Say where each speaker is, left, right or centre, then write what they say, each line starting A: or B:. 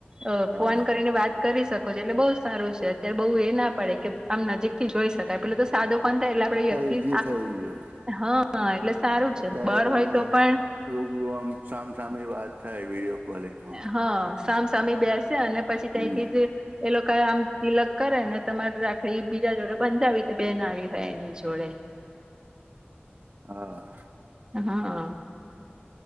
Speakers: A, on the right (about 20°); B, on the right (about 50°).
A: અ
B: હા
A: ફોન કરીને વાત કરી શકો છો એટલે બહું સારું છે અત્યારે બઉ એ ના પડે કે આમ નજીક જોઈ શકાય પેલો તો સાદો પણ એટલે આપે
B: અત્યારે
A: વ્યક્તિ
B: ઈઝી થઈ ગયું
A: હા એટલે સારું
B: અત્યારે
A: છે બર હોય
B: તમે
A: તો પણ
B: રૂબરૂ આમ સામ સામે એ વાત થાય વિડીયો કોલિંગમાં
A: હા સામ સામે બેસે અને પછી
B: હમ
A: ત્યાંથી જ એ લોકો આમ તિલક કરે ને તમારી રાખડી બીજા જોડે બંધાવી બેન આવી હોય એની જોડે.
B: હા.
A: હા.